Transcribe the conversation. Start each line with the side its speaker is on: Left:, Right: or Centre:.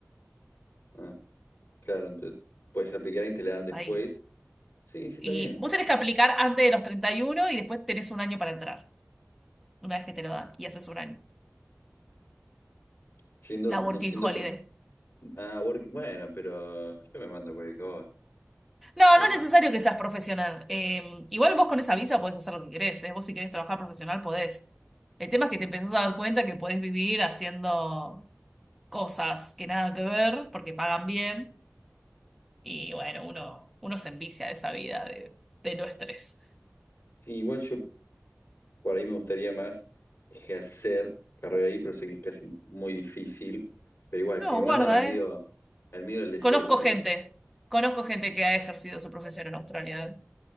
Left: Ah, claro, entonces. Puedes aplicar y te la dan
Centre: hasta
Left: después.
Centre: Ahí.
Left: Sí, sí,
Centre: Y
Left: está bien.
Centre: vos tenés que aplicar antes de los 31 y uno y después tenés un año para entrar, una vez que te lo dan, y haces un año.
Left: Siendo,
Centre: La
Left: no
Centre: working
Left: siendo
Centre: holiday.
Left: profe. Ah, work- bueno, pero yo me mando cualquier cosa.
Centre: No,
Left: Eh,
Centre: no es necesario que seas profesional. Eh, igual vos con esa visa podés hacer lo que querés, ¿eh? Vos si querés trabajar profesional podés. El tema es que te empezás a dar cuenta que podés vivir haciendo cosas que nada que ver porque pagan bien y bueno, uno, uno se envicia de esa vida de, de no estrés.
Left: sí, igual yo Por ahí me gustaría más ejercer carrera ahí, pero sé que es casi muy difícil. Pero igual,
Centre: No,
Left: si me mandan
Centre: guarda,
Left: al medio,
Centre: ¿eh?
Left: al medio del desierto,
Centre: Conozco gente,
Left: a-
Centre: conozco gente que ha ejercido su profesión en Australia, ¿eh?